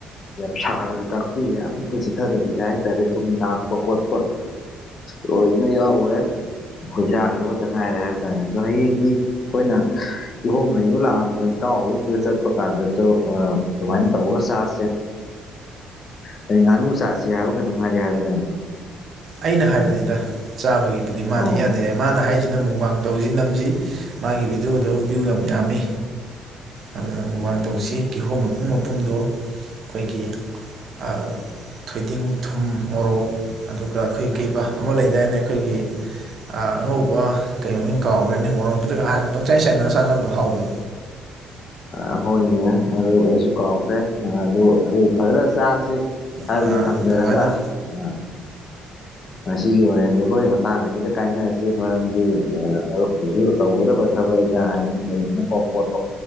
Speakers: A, on the left; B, on the right.
A: ꯌꯥꯝ ꯁꯥꯡꯅꯖꯨ ꯇꯥꯛꯄꯤꯔꯦ ꯑꯃꯨꯛꯀꯖꯨ ꯆꯤꯊꯗꯕꯤꯗ ꯍꯥꯏꯇꯥꯔꯦ ꯊꯨꯝ ꯊꯥꯛꯄ ꯈꯣꯠꯄ ꯂꯣꯏꯅ ꯌꯥꯎꯒ꯭ꯔꯦ ꯑꯩꯈꯣꯏ ꯆꯥꯒꯗꯕ ꯈꯛꯇ ꯉꯥꯏꯔꯦ ꯍꯥꯏꯕ ꯇꯥꯔꯦ ꯑꯗꯣ ꯍꯌꯦꯡꯗꯤ ꯑꯩꯈꯣꯏꯅ ꯀꯤꯍꯣꯝ ꯂꯩꯕ ꯂꯥꯛꯑꯝꯕ ꯏꯇꯥꯎ ꯍꯣꯏꯒꯤꯗ ꯆꯠꯄ ꯀꯥꯟꯗꯁꯨ ꯑ ꯑꯗꯨꯃꯥꯏꯅ ꯇꯧꯔꯒ ꯆꯥꯁꯦ ꯀꯔꯤ ꯉꯥꯅꯨ ꯆꯥꯁꯤ ꯍꯥꯏꯕ ꯀꯩꯅꯣꯝ ꯍꯥꯏꯔꯛꯑꯦ ꯍꯥꯏꯕꯗꯥꯏꯅꯦ
B: ꯑꯩꯅ ꯍꯥꯏꯕꯅꯤꯗ ꯆꯥꯕꯒꯤꯕꯨꯗꯤ ꯃꯥꯗꯤ
A: ꯑꯧ
B: ꯏꯌꯥꯗ ꯌꯥꯏ ꯃꯥꯅ ꯍꯥꯏꯖꯤꯅ ꯃꯨꯛꯕꯥꯥꯡ ꯇꯧꯖꯤ ꯅꯝꯖꯤ ꯃꯥꯒꯤ ꯚꯤꯗꯤꯑꯣꯗ ꯚ꯭ꯌꯨ ꯌꯥꯝ ꯌꯥꯝꯃꯤ ꯑꯗꯨꯅ ꯃꯨꯛꯕꯥꯡ ꯇꯧꯁꯤ ꯀꯤꯍꯣꯝ ꯃꯄꯨꯡ ꯃꯄꯨꯝꯗꯣ ꯑꯩꯈꯣꯏꯒꯤ ꯑ ꯊꯣꯏꯗꯤꯡ ꯊꯨꯝ ꯃꯣꯔꯣꯛ ꯑꯗꯨꯒ ꯑꯩꯈꯣꯏ ꯀꯩꯕ ꯑꯃ ꯂꯩꯗꯥꯏꯅ ꯑꯩꯈꯣꯏꯒꯤ ꯑ ꯑꯉꯧꯕ ꯀꯩ ꯃꯃꯤꯡ ꯀꯥꯎꯒ꯭ꯔꯦꯅꯦ ꯃꯣꯔꯣꯛ ꯃꯦꯠꯄꯗꯒ ꯍꯥꯞꯄ ꯄꯪꯆꯥꯏ ꯆꯥꯏꯅꯔꯒ ꯆꯥꯟꯅꯕꯗꯣ ꯍꯥꯎꯕꯗꯣ
A: ꯑ ꯍꯣꯏꯅꯦ ꯑꯗꯨ ꯑꯩꯁꯨ ꯀꯥꯎꯈ꯭ꯔꯦ ꯑꯗꯨ ꯑꯗꯨ ꯐꯖꯅ ꯆꯥꯁꯤ ꯍꯥꯏꯕꯗꯤ
B: ꯑꯗꯨꯃꯥꯏꯅ
A: ꯊꯝꯖꯔꯒ ꯎꯝ ꯉꯁꯤꯒꯤ ꯑꯣꯏꯅꯗꯤ ꯑꯩꯈꯣꯏ ꯃꯇꯥꯡ ꯑꯁꯤꯗ ꯀꯥꯏꯅꯔꯁꯤ ꯃꯔꯝꯗꯤ ꯑ ꯃꯔꯨꯞꯀꯤꯖꯨ ꯇꯧꯒꯗꯕ ꯊꯕꯛ ꯏꯡꯈꯥꯡ ꯍꯥꯏꯕꯗꯤ ꯂꯩꯗꯅꯀꯣ ꯄꯣꯠꯇꯣ